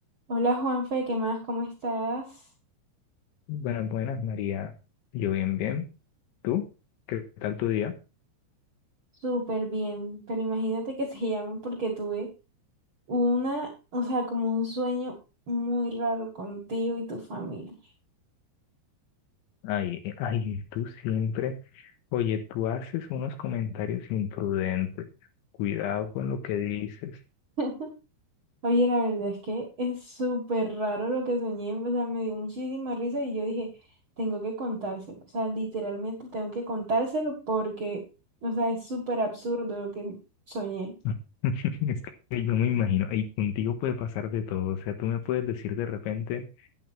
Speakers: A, on the right; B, on the left.
A: Hola Juanfe, ¿qué más? ¿Cómo estás?
B: Buenas, buenas, María. Yo bien, bien. ¿Tú? ¿Qué tal tu día?
A: Súper bien, pero imagínate que <laughs> se llama porque tuve una, o sea, como un sueño muy raro contigo y tu familia.
B: Ay, eh, ay, tú siempre. Oye, tú haces unos comentarios imprudentes. Cuidado con lo que dices.
A: <laughs> Oye, la verdad es que es súper raro lo que soñé, o sea, me dio muchísima risa y yo dije, tengo que contárselo, o sea, literalmente tengo que contárselo porque, o sea, es súper absurdo lo que soñé.
B: <laughs> Es que yo me imagino, y contigo puede pasar de todo. O sea, tú me puedes decir de repente,